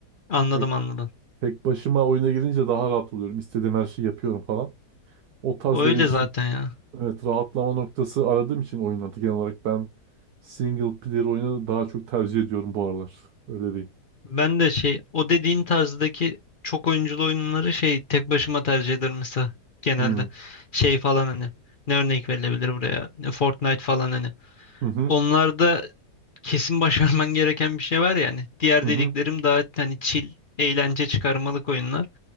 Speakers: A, on the left; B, on the right.
A: anladım
B: Tek,
A: anladım.
B: tek başıma oyuna girince daha rahat oluyorum. İstediğim her şeyi yapıyorum falan. O tarz
A: Öyle
B: benim için
A: zaten ya.
B: evet rahatlama noktası aradığım için oyunlarda genel olarak ben single player oyunu daha çok tercih ediyorum bu aralar. Öyle değil.
A: Ben de şey o dediğin tarzdaki çok oyunculu oyunları şey tek başıma tercih ederim mesela genelde.
B: Hmm.
A: Şey falan hani ne örnek verilebilir buraya? Ne Fortnite falan hani.
B: Hı hı.
A: Onlarda kesin <laughs> başarman gereken bir şey var yani. Diğer
B: Hı hı.
A: dediklerim daha hani chill, eğlence çıkarmalık oyunlar.